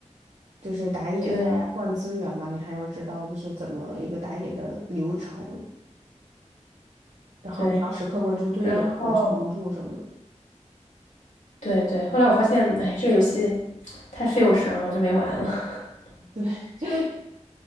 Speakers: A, on the right (about 65°); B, on the left (about 75°).
A: 就是打野他来换资源嘛，
B: 对，
A: 你还要知道就是怎么一个打野的流程，然后你还要时刻关注队友，
B: 对，然后
A: 然后去帮助什么的。
B: 对对，后来我发现，哎，这个游戏太费我神了，我就没玩了。
A: 对，
B: <laughs> 就
A: <laughs>